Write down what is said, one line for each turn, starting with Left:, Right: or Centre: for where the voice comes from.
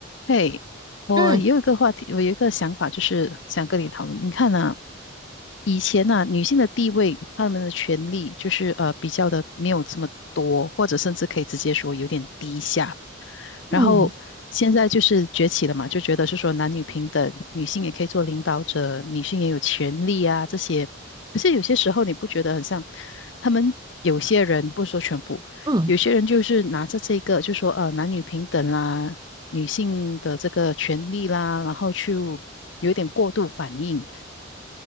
Left: 嘿，我有一个话题，
Right: 嗯
Left: 我有一个想法，就是想跟你讨论。你看啊，以前呢、啊女性的地位，她们的权利就是呃比较的没有这么多，或者甚至可以直接说有点低下。然后现在就是崛起了嘛，
Right: 嗯
Left: 就觉得是说男女平等，女性也可以做领导者，女性也有权利啊这些。可是有些时候你不觉得很像他们有些人，不说全部，
Right: 嗯，
Left: 有些人就是拿着这个，就说呃男女平等啦，女性的这个权利啦，然后去有一点过度反应。